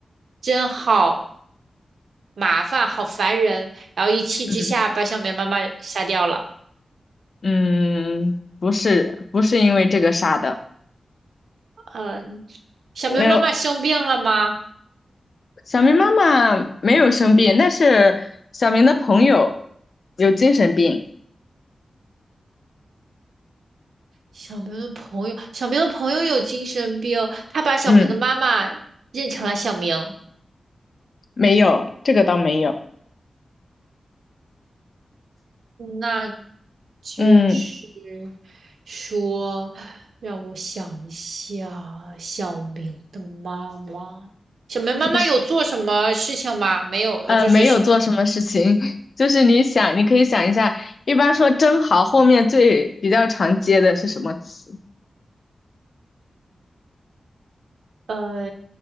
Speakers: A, on the right; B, on the left.
A: 真好麻烦，好烦人。”然后一气之下把小明妈妈杀掉了。
B: 嗯嗯，不是不是因为这个杀的。
A: 嗯，小明妈妈生病了吗？
B: 呃，小明妈妈没有生病，那是小明的朋友有精神病。
A: 小明的朋友，小明的朋友有精神病，他把小明的妈妈认成了小明。
B: 嗯，没有，这个倒没有。
A: 那就是
B: 嗯，
A: 说，让我想一下，小明的妈妈，小明妈妈有做什么事情吗？
B: 就是。
A: 没有，呃，
B: 呃，
A: 就是什么，
B: 没有做什么事情，<laughs> 就是你想，你可以想一下，一般说“真好”后面最比较常接的是什么词？
A: 呃，